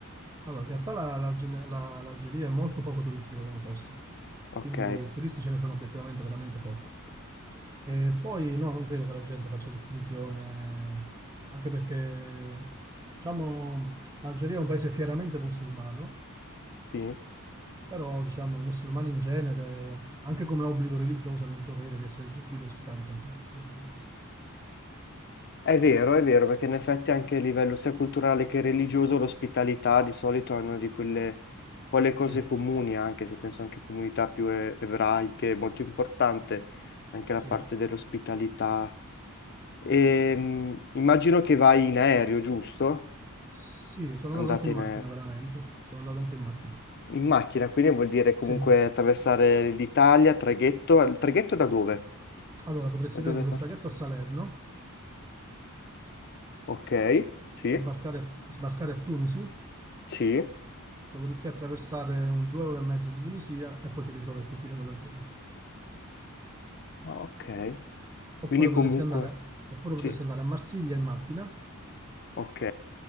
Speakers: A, on the right (about 15°); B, on the left (about 50°).
A: Allora, in realtà la- la- la- l'Algeria è molto poco turistica come posto,
B: Ok,
A: quindi turisti ce ne sono obiettivamente veramente pochi. E poi no, non credo che la gente faccia distinzione, anche perché, diciamo, l'Algeria è un paese fieramente musulmano,
B: sì.
A: però, diciamo, i musulmani in genere, anche come obbligo religioso, hanno il dovere di essere gentili e ospitali con tutti. quindi, voglio dire,
B: È vero, è vero, perché in effetti anche a livello sia culturale che religioso l'ospitalità di solito è una di quelle, quelle cose
A: Sì,
B: comuni, anche se penso anche a comunità più e- ebraiche, è molto importante anche la
A: sì,
B: parte dell'ospitalità. Ehm, immagino che vai in aereo, giusto?
A: sì, sono andato
B: Andate
A: anche in
B: in
A: macchina,
B: aereo.
A: veramente, sono andato anche in macchina.
B: In macchina, quindi vuol dire comunque
A: Sì.
B: attraversare l'Italia, traghetto. Il traghetto da dove?
A: Allora, potresti
B: Da dove
A: prendere
B: parte?
A: un traghetto a Salerno,
B: Ok, sì,
A: sbarcare a, sbarcare a Tunisi,
B: sì,
A: dopodiché attraversare un due ore e mezzo di Tunisia e poi ti ritrovi al confine con l'Algeria.
B: ah, ok.
A: Oppure
B: Quindi comunque,
A: potresti andare, oppure potresti
B: sì.
A: andare a Marsiglia in macchina
B: Ok.